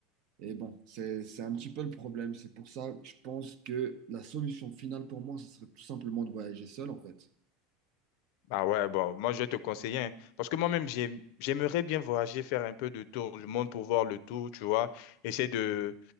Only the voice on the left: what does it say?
Ah ouais, bon, moi je vais te conseiller, hein, parce que moi-même j'ai- j'aimerais bien voyager, faire un peu de tour du monde pour voir le tour, tu vois, essayer de